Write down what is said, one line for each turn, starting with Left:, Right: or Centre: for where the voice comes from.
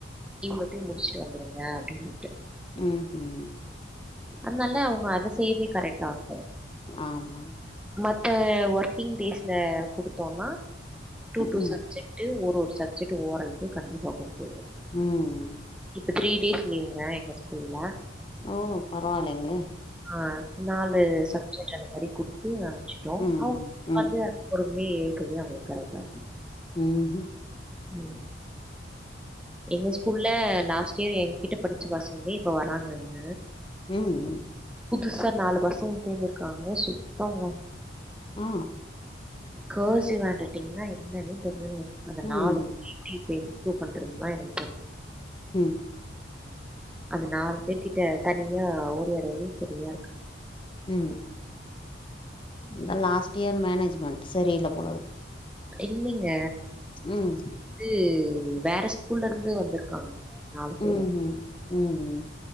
Centre: தி மட்டு முடிச்சுட்டு வந்துருங்க அப்டின்னுட்டு
Left: ம் ம்
Centre: அதனால அவங்க அத செய்யவே கரெக்டா இருக்கு
Left: ஆமா
Centre: மத்த ஒர்க்கிங் டேஸ்ல குடுத்தோனா டூ டூ
Left: ம்
Centre: சப்ஜெக்ட் ட்டு ஒரு ஒரு சப்ஜெக்ட் ஓரல்க்கு கண்டிப்பா குடுத்துடுவோ
Left: ம்
Centre: இப்போ த்ரீ டேஸ் லீவுங்க எங்க ஸ்கூல்ல
Left: ஓ பரவால்லைங்ளே
Centre: ஆ நாலு சப்ஜெக்ட் அந்த மாரி குடுத்து அனுப்ச்சுட்டோ
Left: ம்
Centre: அவங்க
Left: ம்
Centre: வந்து ஒரு மே ஏக்குவே அவங்களுக்கு கரெக்டாருக்
Left: ம் ம்
Centre: ம் எங்க ஸ்கூல்ல லாஸ்ட் டைம் எங்கிட்ட படிச்ச பசங்களே இப்ப வராங்கங்க
Left: ம் ம் ம்
Centre: புதுசா நாலு பசங்க சேந்திருக்காங்க சுத்தோங்க
Left: ஆ
Centre: கர்சிவ் ஹேண்ட்ரைட்டிங்னா என்னன்னே தெரிலைங்க அந்த
Left: ம்
Centre: நாலு டீச்ச இம்ப்ரூவ் பண்றதுங்ளா என்ன
Left: ம்
Centre: அந்த நாலு பேர் கிட்ட தனியா உரையாடவே சரியா இருக்குங்க
Left: ம் இந்த லாஸ்ட் இயர் மேனேஜ்மெண்ட் சரியில்ல போலருக்
Centre: இல்லைங்க
Left: ம்
Centre: து வேற ஸ்கூல்லருந்து வந்திருக்காங்க நாலு பேரு
Left: ம் ம் ம்